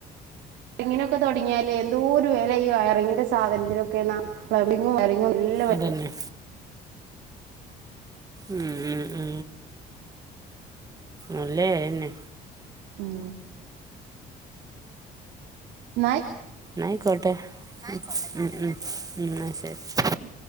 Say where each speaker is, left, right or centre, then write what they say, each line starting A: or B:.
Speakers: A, on the right; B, on the right.
A: കങ്ങിനൊക്കെ തുടങ്ങിയാലേ എന്തോ ഒരു വേലയ്യ ങ്ങിന്റെ സാധനത്തിനൊക്കെ എന്ന പ്ലബബിങ്ങും വറിങ്ങും എല്ല പ
B: അതന്നെ മം ഉം ഉ ഉല്ലേന്നെ
A: ഉം ന
B: ആയിക്കോട്ടെ ഉ ഉ ഉ ശരി
A: ഉ